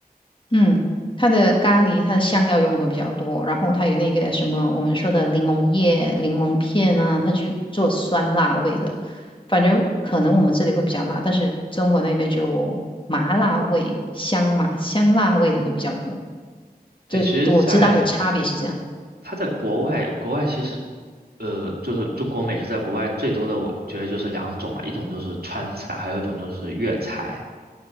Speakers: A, on the left; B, on the right.
A: 嗯，它的咖喱，它的香料用的会比较多，然后它有那个什么我们说的柠檬叶、柠檬片啊，它就做酸辣味的。反正可能我们这里会比较辣，但是中国那边就麻辣味、香麻香辣味的会比较多。
B: 对，
A: 就我知道的差别是这样。
B: 其实在，它在国外，国外其实，呃，就是中国美食在国外最多的，我觉得就是两种啊，一种就是川菜，还有一种就是粤菜。